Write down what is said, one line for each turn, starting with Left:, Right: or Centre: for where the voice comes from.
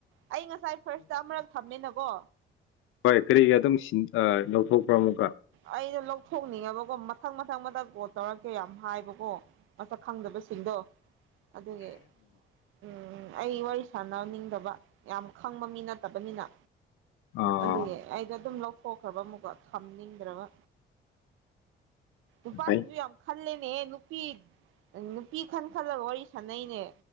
Right: ꯑꯩ ꯉꯁꯥꯏ ꯐꯥꯔꯁꯇ ꯑꯃꯨꯔꯛ ꯊꯝꯃꯦꯅꯀꯣ
Left: ꯍꯣꯏ ꯀꯔꯤꯒꯤ ꯑꯗꯨꯝ ꯁꯤ ꯂꯧꯊꯣꯛꯄ꯭ꯔꯣ ꯑꯃꯨꯛꯀ
Right: ꯑꯩꯗꯣ ꯂꯧꯊꯣꯛꯅꯤꯡꯉꯕꯀꯣ ꯃꯊꯪ ꯃꯊꯪ ꯃꯊꯪ ꯀꯣꯠ ꯇꯧꯔꯛꯀꯦ ꯌꯥꯝ ꯍꯥꯏꯕꯀꯣ ꯃꯁꯛ ꯈꯪꯗꯕꯁꯤꯡꯗꯣ ꯑꯗꯨꯒꯤ ꯎꯝ ꯑꯩ ꯋꯥꯔꯤ ꯁꯥꯟꯅꯅꯤꯡꯗꯕ ꯌꯥꯝ ꯈꯪꯕ ꯃꯤ ꯅꯠꯇꯕꯅꯤꯅ
Left: ꯑꯣ
Right: ꯑꯗꯨꯒꯤ ꯑꯩꯗꯣ ꯑꯗꯨꯝ ꯂꯧꯊꯣꯛꯈ꯭ꯔꯕ ꯑꯃꯨꯛꯀꯣ ꯊꯝꯅꯤꯡꯗ꯭ꯔꯕ ꯎꯄꯥꯥꯁꯕꯤ
Left: ꯐꯩ
Right: ꯌꯥꯝ ꯈꯜꯂꯦꯅꯦꯍꯦ ꯅꯨꯄꯤ ꯅꯨꯄꯤ ꯈꯟ ꯈꯜꯂꯒ ꯋꯥꯔꯤ ꯁꯥꯟꯅꯩꯅꯦ